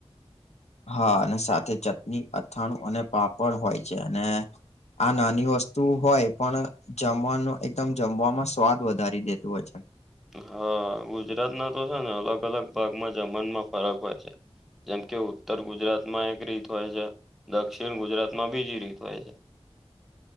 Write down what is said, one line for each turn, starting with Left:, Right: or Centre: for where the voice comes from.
Left: હા અને સાથે ચટણી, અથાણું અને પાપડ હોય અને આ નાની વસ્તુ હોય પણ જમવાનું એકદમ જમવામાં સ્વાદ વધારી દેતું હોય છે.
Centre: હા ગુજરાતના તો છે ને અલગ અલગ ભાગમાં જમનમાં ફરક હોય છે. જેમ કે ઉત્તર ગુજરાતમાં એક રીત હોય છે દક્ષિણ ગુજરાતમાં બીજી રીત હોય છે.